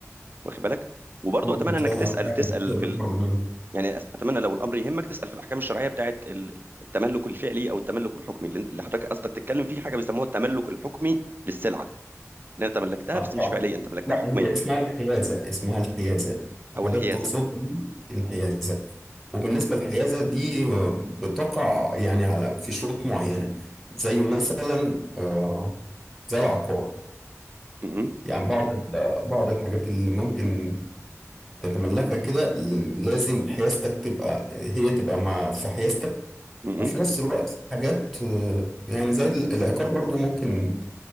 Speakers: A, on the right; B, in the centre.
A: واخد بالك وبرضه
B: ممكن
A: اتمنى انك تسال تسال
B: فعلا
A: في ال... يعني أس- اتمنى لو الامر يهمك تسال في الاحكام الشرعيه بتاعت ال- التملك الفعلي او التملك الحكمي اللي اللي حضرتك قصدك تتكلم فيه حاجه بيسموها التملك الحكمي للسلعه ان انت تملكتها
B: آه،
A: بس مش
B: آه.
A: فعليا انت ملكتها
B: لا
A: حكميا
B: هي اسمها الحيازة اسمها الحيازة
A: او
B: حضرتك
A: الحيازه
B: تقصد الحيازة وبالنسبة للحيازة دي آه، بتقع يعني على في شروط معينة زي مثلا آه، زي العقار
A: م- م-
B: يعني بعض ال- بعض الحاجات اللي ممكن تتملكها كده لازم حيازتك تبقى هي تبقى مع في حيازتك
A: م-
B: وفي
A: م.
B: نفس الوقت حاجات آه، يعني زي ال- العقار برضو ممكن